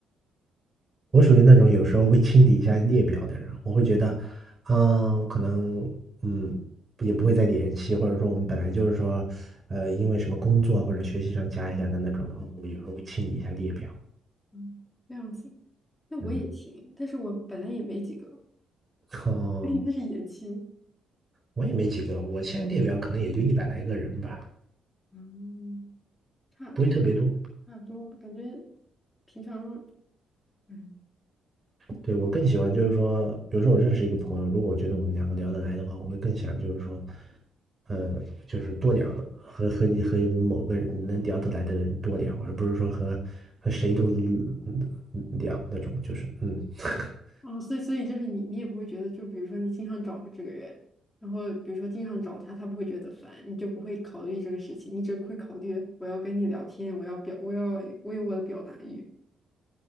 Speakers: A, on the right (about 30°); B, on the left (about 15°).
A: 我属于那种有时候会清理一下列表的人，我会觉得，啊、呃我可能嗯也不会再联系，或者说我们本来就是说，呃，因为什么工作或者学习上加一下的那种的话，我有时候会清理一下列表。
B: 嗯，这样子。那我也行，
A: 嗯，
B: 但是我本来也没几个，
A: <laughs> 哦，
B: 应该是也行。
A: 我也没几个，我现在列表可能也就一百来个人吧，
B: 嗯，差差
A: 不会特别多。
B: 差不多吧，感觉平常。嗯
A: 对，我更喜欢就是说，比如说我认识一个朋友，如果我觉得我们两个聊得来的话，我会更想就是说，呃，就是多聊，和和你和某个人能聊得来的人多聊，而不是说和和谁都嗯聊那种，就是嗯，<laughs>
B: 哦，所以所以就是你，你也不会觉得，就比如说你经常找的这个人，然后比如说经常找他，他不会觉得烦，你就不会考虑这个事情，你只会考虑我要跟你聊天，我要表，我要我有我的表达欲。